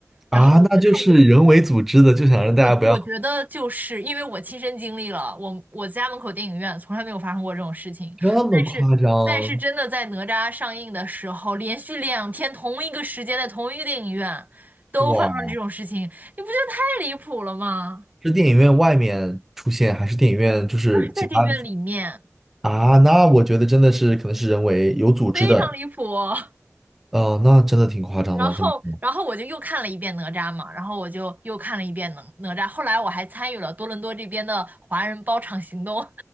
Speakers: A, on the right (about 30°); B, in the centre.
A: 然后我就看，
B: 啊，那就是人为组织的，就想让大家不要
A: 我我觉得就是因为我亲身经历了，我我家门口电影院从来没有发生过这种事情，
B: 这么夸张
A: 但是但是真的在哪吒上映的时候，连续两天同一个时间在同一个电影院都发生这种事情，
B: 哇！
A: 你不觉得太离谱了吗？
B: 是电影院外面出现，还是电影院就是其他的
A: 就是在电影院里面，
B: 啊？那我觉得真的是可能是人为有组织的，
A: 非常离谱。<laughs>
B: 哦、那真的挺夸张的，
A: 然后然后我就又看了一遍哪吒嘛，
B: 这么说
A: 然后我就又看了一遍哪哪吒，后来我还参与了多伦多这边的华人包场行动。